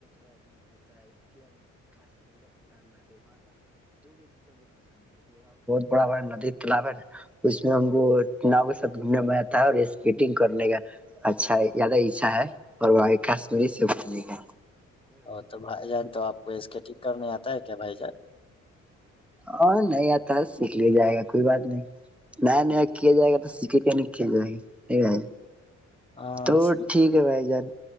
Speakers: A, in the centre; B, on the left.
A: بڑا بڑا ندی تالاب ہے اس میں ہم کو ناؤ کے ساتھ گھومنے میں آتا ہے اور اسکیٹنگ کرنے کا اچھا زیادہ اچھا ہے اور وہ کاشمیری سےھنے کا
B: ا تو بھائی جان تو آپ کو اسکیٹنگ کرنے آتا ہے کیا بھائی جان
A: ہاں نہیں آتا سیکھ لیا جائے گا کوئی بات نہیں نیا نیا کیا جائے گا تو سیکھے کے نہیں کیا جائے گا نہیں ب
B: ہاں
A: تو
B: سیکھ
A: ٹھیک ہے بھائی جان